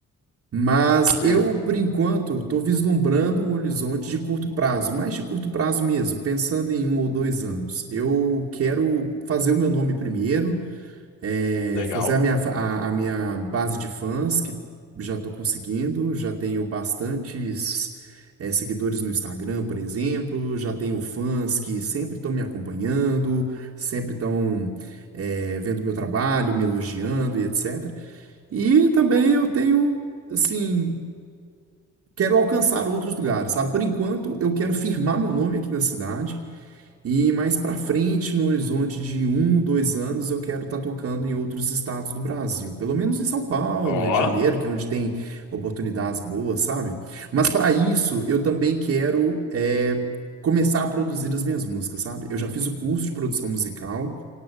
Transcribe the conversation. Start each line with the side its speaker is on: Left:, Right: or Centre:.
Right: Mas
Left: hum,
Right: eu, por enquanto, estou vislumbrando um horizonte de curto prazo, mais de curto prazo mesmo, pensando em um ou dois anos. Eu quero fazer o meu nome primeiro, eh,
Left: legal.
Right: fazer a minha, fa- a, a minha base de fãs, que já estou conseguindo, já tenho bastantes, eh, seguidores no Instagram, por exemplo, já tenho fãs que sempre estão me acompanhando, sempre estão, vendo meu trabalho, me elogiando e etc. E também eu tenho. Assim, quero alcançar outros lugares, sabe? Por enquanto, eu quero firmar meu nome aqui na cidade e mais pra frente, no horizonte de um, dois anos, eu quero estar tocando em outros estados do Brasil, pelo menos em São Paulo,
Left: Ó.
Right: Rio de Janeiro, que é onde tem oportunidades boas, sabe? Mas para isso, eu também quero é, começar a produzir as minhas músicas, sabe? Eu já fiz o curso de produção musical.